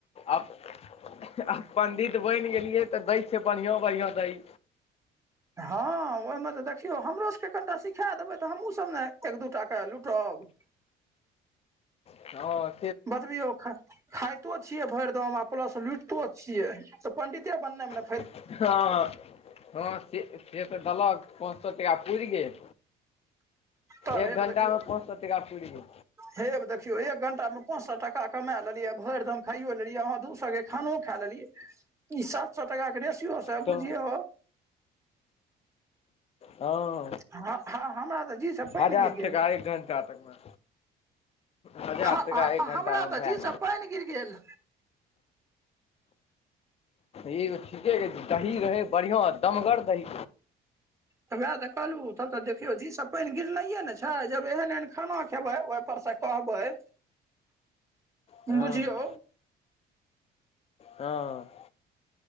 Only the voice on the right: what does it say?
हाँ ओहिमे त देखियौ हमरोसभके कनिटा सिखाए देबै त हमहूँसभ ने एक दू टाके लूटब।
बतबी यौ ख, खाइतो छीये भेर दम प्लस लुटितो छिये त पंडिते बनेमे,
तब
हे
देखियौ
हेब देखियौ एक घंटामे! पाँच सौ टका कमा लेलियै भेरदम खाइो लेलियै अहाँ दू सौ के खानो खा लेलियै। ई सात सौ टका के रेसयो स
बुझियौ।
हाँ हाँ हमरा त जीसँ पेन
गइर गेल।
हँ
हमरा त
जीसँ पैन गिर गेल।
त वएह त कहलुँ तब त देखियौ जी सब पेन गिरलइये ने छय जब एहन एहन खाना खेबै ओहिपरसँ, कहबै
बुझियौ।